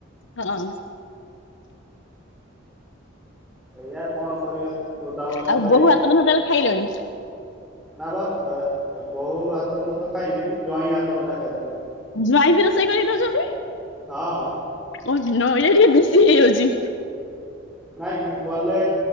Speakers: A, on the left (about 65°); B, in the centre.
A: ହଁ।
B: ଏଇଆା କଣ କରିବା ବୃଦ୍ଧା ବୟସରେ
A: ଆଉ ବୋହୁ
B: ଏଇ
A: ହାତ ରନ୍ଧା ତାହେଲେ ଖାଇଲଣି?
B: ନା ବା ବୋହୁ ହାତ ରନ୍ଧା ତ ଖାଇନି ଜଇଁ ହାତ ରନ୍ଧା ଖାଇଲିି।
A: ଜ୍ବାଇଁ ବି ରୋଷେଇ କରି ଦଉଛନ୍ତି?
B: ହଁ।
A: ଓ ନୋ ଟିକେ ବେଶି ହେଇଯାଉଛି।
B: ନାଇଁ ଗଲେ